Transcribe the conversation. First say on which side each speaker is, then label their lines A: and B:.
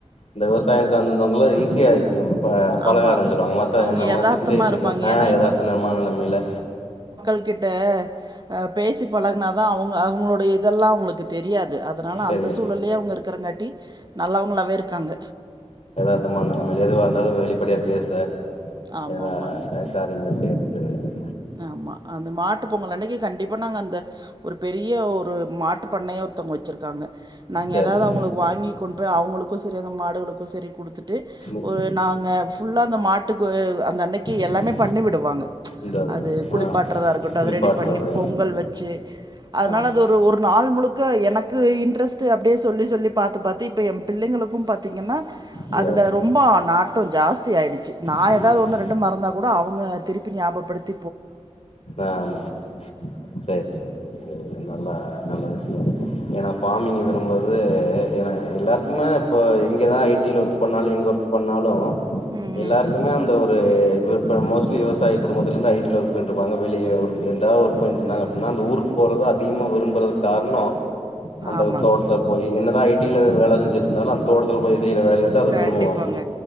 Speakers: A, on the left; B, on the right.
A: இந்த விவசாயம் சார்ந்திந்தவங்கள ஈஸியா இருக்கு இப்ப பழக
B: ஆமா
A: ஆரம்பிச்ர்வாங்க மத்த
B: அவங்க
A: நம்ம
B: யதார்த்தமா
A: சிட்டி சைட்லருக்க
B: இருப்பாங்க
A: அ
B: ஏன்னா
A: எதார்த்தனமான நெலமையில
B: கிட்ட அ பேசி பழக்னா தா அவுங்க அவுங்ளுடைய இதெல்லா உங்ளுக் கு தெரியாது அதனால
A: சரியா
B: அந்த சூழல்லே அவுங்க இருக்கிறங்காட்டி நல்லவங்களாவே இருக்காங்க
A: தம்மா நெலமை எதுவா இருந்தாலு வெளிப்படையா பேச
B: ஆமா
A: எல்லா
B: ஆமாங்க
A: எ காரியங்கள செய் <inaudible>
B: ஆமா அந்த மாட்டு பொங்கல் அன்னைக்கு கண்டிப்பா நாங்க அந்த ஒரு பெரி ய ஒரு மாட்டு பண்ணையே ஒருத்தவ்ங்க வெச்சிருக்காங்க நாங்க
A: சரிங்க
B: எதாவ்து அவுங்களுக் வாங்கி கொண் ப்ப அவுங்களுக்கு செரி அந்த மாடுகளுக்கு செரி குடுத்துட்டு டு
A: நீ
B: ஒரு நாங்க ஃபுல்லா அந்த மாட்டுக்கு அந்தன்னைக்கு
A: ம்
B: எல்லாமே பண்ணி விடுவாங்க
A: இந்த
B: அது குளிப்பாட்றதா
A: ஆ
B: இருக்கட்டு
A: குளிப்பாட்டுறது
B: அத ரெடி பண்ணி பொங்கல் வெச்சு அதனால
A: ஆமா
B: அது ஒரு ஒரு நாள் முழுக்க எனக்கு இன்ட்ரெஸ்ட் அப்டே சொல்லி சொல்லி பாத்து பாத்து இப்ப எ பிள்ளைங்களுக்கு பாத்தீங்கன்னா
A: இந்த
B: அதுல ரொம்போ நாட்டோ ஜாஸ்தி ஆய்டுச்சி நா
A: கண்டிப்பா
B: எதாவ்த் ஒன்னு ரெண்டு மறந்தா கூட அவுங்க திருப்பி ஞாபப்படுத்தி
A: ஆமா செரி செரி <inaudible> நல்லா நல்ல விஷியோ ஏன்னா ஃபாமிங் விரும்புறது எ ஏன்னா எல்லாருக்குமே இப்போ இங்கேதா ஐ டில ஒர்க் பண்ணாலு எங்க ஒர்க் பண்ணாலு
B: ம்
A: எல்லாருக்குமே அந்த ஒரு ஒரு இப்ப மோஸ்ட்லி விவசாய குடும்பத்துலிருந்து ஐ டில் ஒர்க் பண்ட்ருப்பாங்க வெளிய ஒர்க் எதாவ் ஒர்க் பண்ருந்தாங்க அப்டினா அந்த ஊருக் போறது அதிகமா விரும்புறதுக் கார்ணோ அந்த
B: ஆமாங்க
A: தோட்த்த போய் என்னதா ஐடில வேல செஞ்சுட்ருந்தாலு அந் தோட்டத்துல போய் செய்யற வேலையதா அத
B: கண்டிப்பாங்க
A: விரும்புவாங்க